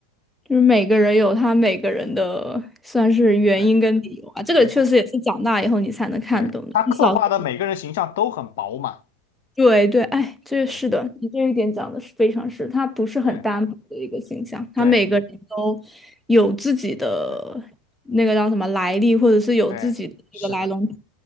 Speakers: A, in the centre; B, on the left (about 65°).
A: 就是每个人有他每个人的算是原因跟理由啊，
B: 对
A: 这个确实也是长大以后你才能看懂的，
B: 对，他对他刻画的每个人形象都很饱满，
A: 你小时候，对对，哎，这是的，
B: 对
A: 你这一点讲的是非常是，他不是很单薄的一个形象，
B: 对
A: 他每个人都有自己的那个叫什么来历，
B: 对，你对
A: 或者是有自己的一个来龙。
B: 对是的。